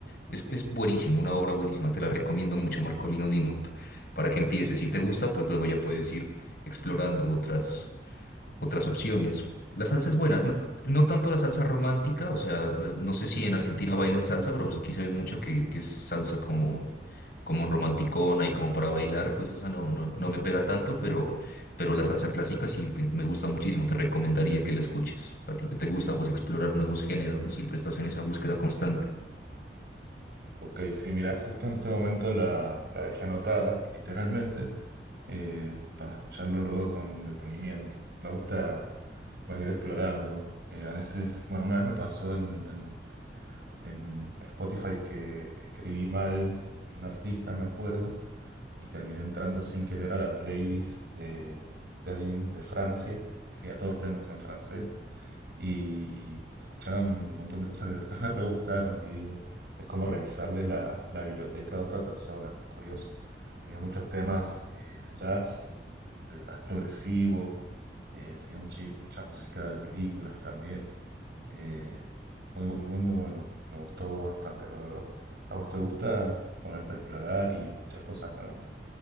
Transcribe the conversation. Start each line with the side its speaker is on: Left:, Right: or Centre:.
Left: es, es buenísimo, una obra buenísima, te la recomiendo mucho, Marcolino Dimond, para que empieces, si te gusta, pues luego ya puedes ir explorando otras otras opciones. La salsa es buena, no, no tanto la salsa romántica, o sea, no sé si en Argentina bailen salsa, pero pues aquí se ve mucho que, que es salsa como, como romanticona y como para bailar, pues esa no, no, no me pega tanto, pero, pero la salsa clásica sí me, me gusta muchísimo, te recomendaría que la escuches. A ti que te gusta pues explorar nuevos géneros, no siempre estás en esa búsqueda constante.
Right: Ok, sí, mira, justo en este momento la, la dejé anotada, literalmente, eh, para escucharlo luego con detenimiento. Me gusta, bueno, ir explorando. Eh, a veces, bueno, una vez me pasó en, en en Spotify que escribí mal un artista, me acuerdo, y terminé entrando sin querer a la playlist de, de alguien de Francia. Tenía todos temas en francés y escuchaba un montón de cosas que <laughs> después me re gustaron y digo, es como revisarle la, la biblioteca a otra persona, es muy curioso. Tenía muchos temas eh, de jazz, de jazz progresivo, eh, tenía mucha, mucha música de películas también. Eh, muy, muy, muy bueno. Me gustó bastante, la verdad. ¿A vos te gusta ponerte a explorar y escuchar cosas nuevas?